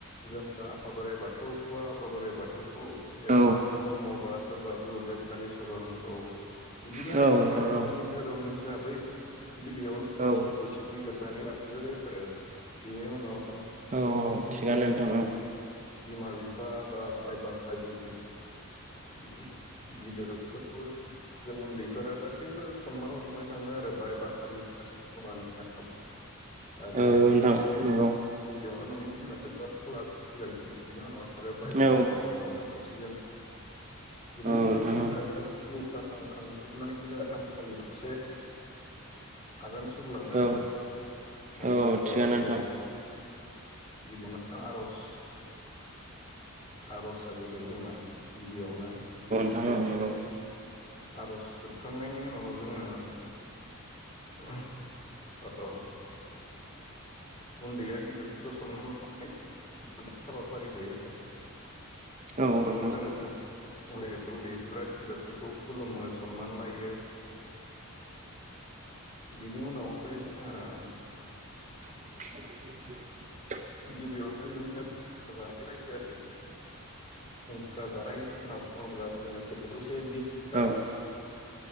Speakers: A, on the left (about 30°); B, on the right (about 35°).
A: जों आफा बोराइ बाथौ बा आफा बोराइ बाथौ औ एबा
B: औ
A: ब्रह्म बा सोरबा गुरुदेब कालिचरनखौ बिदिनो
B: नोंथां
A: गाव गावनि
B: औ
A: धोरोम हिसाबै गिबियावनो जों
B: औ
A: इसोरखौ सिबिगोन नानै <unintelligible> आरो बेनि उनाव
B: औ औ थिगानो नोंथां औ।
A: बिमा-बिफा बा बाय बाहागि <unintelligible> गिदिरफोरखौ जों उन्दैफोरा गासैबो सनमान लानो थांङो आरो बाय बाहारि जाथि खुरानाव आरो
B: औ नोंथां
A: गिबियावनो
B: नंगौ
A: न'नि बिमा बिफाखौ ला बिनि उनाव आरो बाय बाहागिफोरनाव
B: औ
A: थां थांसिगोन बेनि उनाव
B: नोंथां
A: जोंङो खुलुमस्राखांनानै जोङो थानसालि फारसे आगान सुरलाङो
B: औ
A: आरो थानसालियाव
B: औ थिगानो
A: जोंङो
B: नोंथां
A: गिबियावनो आ आर'ज आर'ज जाग्रोयो जोंना गिबियावनो
B: नंगौ नंगौ
A: आर'ज जोबखांनायनि उनाव जोंना <unintelligible> औ उन्दैया गिदिरखौ सनमान लानाय मोनसे हाबाफारि थायो।
B: औ
A: बेयाव
B: ओनथां।
A: जोङो उन्दै उन्दैफोरा गेदिरफोरखौ खुलुमो सनमान लायो बिनि उनावहाय जोंहा
B: <inaudible>
A: गिबियावनो बिदिनो खुंखा जानाय जायो आरो। खुंखा जानाय होनना बुङोब्ला जोङो सेजौसे बिथथा
B: औ